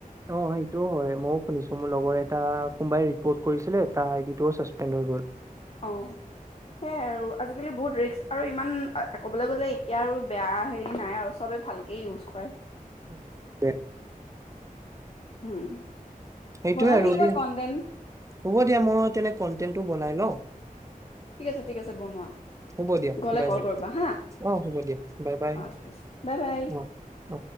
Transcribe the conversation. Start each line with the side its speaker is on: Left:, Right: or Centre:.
Right: অ সেইটোও হয় ময়ও শুনিছো মোৰ লগৰ এটা কোনোবাই ৰিপৰ্ট কৰিছিলে তাৰ আইডি টোও ছাচপেণ্ড হৈ গ'ল
Left: অ সেইয়াই আৰু আজিকালি বহুত ৰিস্ক আৰু ইমান ক'বলৈ গ'লে এতিয়া আৰু বেয়া হেৰি নাই আৰু চবে ভালকে ইউজ কৰে
Right: সেইতোয়ে
Left: হম
Right: সেইটোয়ে
Left: বনাই
Right: আৰু
Left: থাকিবা
Right: দিয়া
Left: কণতেন
Right: হ'ব দিয়া মই তেনে কনটেনটো বনাই লঁও
Left: ঠিক আছে ঠিক আছে বনোৱা
Right: হ'ব দিয়া
Left: গলে
Right: বাই
Left: কল
Right: বাই
Left: কৰিবা হা
Right: অ হ'ব দিয়া বাই বাই
Left: অ ঠিক আছে বাই বাই
Right: অ অ।